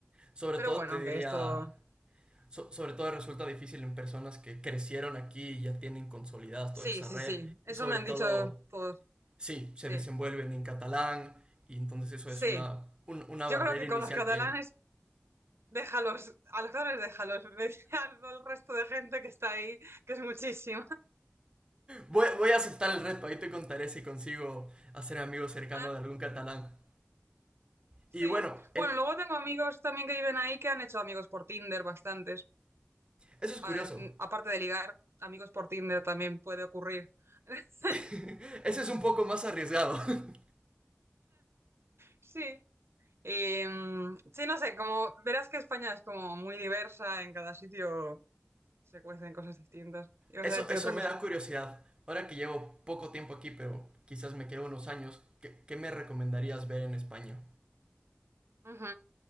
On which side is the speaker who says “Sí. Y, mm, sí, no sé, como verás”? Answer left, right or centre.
Right